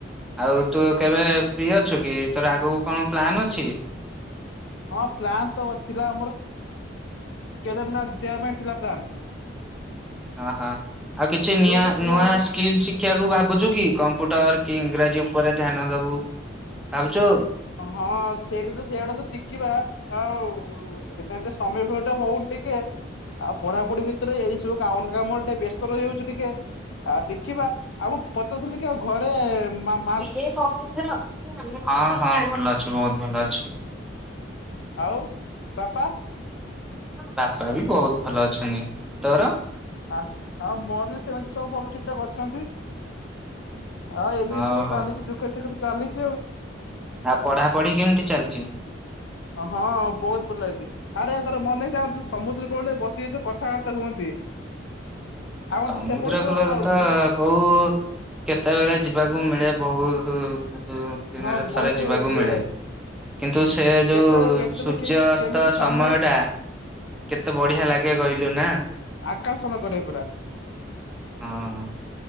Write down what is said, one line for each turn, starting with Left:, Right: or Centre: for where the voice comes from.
Centre: ଆଉ ତୁ କେବେ ଫ୍ରି ଅଛୁ କି, ତୋର ଆଗକୁ କଣ ପ୍ଲାନ୍ ଅଛି?
Left: ହଁ, ପ୍ଲାନ୍ ତ ଥିଲା ଆମର, କେଦାରନାଥ ଯିବା ପାଇଁ ଥିଲା ପ୍ଲାନ୍।
Centre: ଓହୋ। ଆଉ କିଛି
Left: ତୁ
Centre: ନିଆଁ
Left: ଯଦି ଫ୍ରି
Centre: ନୂଆ
Left: ହବୁ
Centre: ସ୍କିଲ୍ ଶିକ୍ ଶିଖିଆକୁ ଭାବୁଛୁ କି, କମ୍ପ୍ୟୁଟର କି ଇଂରାଜୀ ଉପରେ ଧ୍ୟାନ ଦବୁ, ଭାବୁଛୁ?
Left: ହଁ, ସେଇଟା ତ ସେଇଆଡେ ତ ଶିଖିବା ଆଉ ଏସାର ଟିକେ ସମୟ ଫମୟ ଟିକେ ହଉନି ଟିକେ ଆଉ ପଢାପଢି ବି ଭିତେରେ ଏଇ ସବୁ କାମ ଲୋ କାମ ଟିକେ ବ୍ୟସ୍ତ ରହିଯାଉଛି ଟିକେ ଆଉ ଶିଖିବା, ଆଉ ମୁଁ ପଚାରୁଥିଲି ଟିକେ ଆଉ ଘରେ ମାମ
Centre: ହେ <unintelligible> ହଁ ହଁ, ଭଲ ଅଛି ବହୁତୁ ଭଲ ଅଛି।
Left: ଆଉ ବାପା?
Centre: ବାପା ବି ବହୁତ ଭଲ ଅଛନ୍ତି। ତୋର?
Left: ଆଚ୍ଛ, ଆଉ ମୋର ବି ସେମିତି ସବୁ ଭଲ ଠିକଠାକ୍ ଅଛନ୍ତି ଆଉ ଏମିତି
Centre: ହଉ
Left: ସବୁ
Centre: ହଉ
Left: ଚାଲିଚି, ଦୁଃଖେ ସୁଖେ ତ ଚାଲିଚି ଆଉ।
Centre: ଆଉ ପଢାପଢି କେମତି ଚାଲିଚି?
Left: ହଁ ହଁ, ବହୁତୁ ଭଲ ହେଇଚି। ଆରେ ଏ ତୋର ମନେ ଅଛି ଆମେ ଯୋଉ ସମୁଦ୍ର କୂଳରେ ବସି ଯାଇଛୁ କଥାବାର୍ତ୍ତା ହୁଅନ୍ତି। ଆମର
Centre: ସମୁଦ୍ରକୂଳ
Left: ଯୋଉ ସେପଟେ ଯୋଉ
Centre: କଥା
Left: ମାନେ
Centre: ଓ, କେତେବେଳେ ଯିବାକୁ ମିଳେ ବହୁତୁ କେତେଜଣ ଦିନରେ
Left: ହଁ
Centre: ଥରେ
Left: ବହୁତ
Centre: ଯିବାକୁ
Left: ଇଏ
Centre: ମିଳେ। କିନ୍ତୁ ସେ ଯୋଉ
Left: କେତେବେଳେ କେତେବେଳେ
Centre: ସୂର୍ଯ୍ୟ
Left: କେମ
Centre: ଅସ୍ତ
Left: କେମିତି ସମୟ
Centre: ସମୟଟା କେତେ ବଢିଆ ଲାଗେ କହିଲୁ ନା?
Left: ତା ସମୟ ପରେ ପରା।
Centre: ହଁ ହଁ।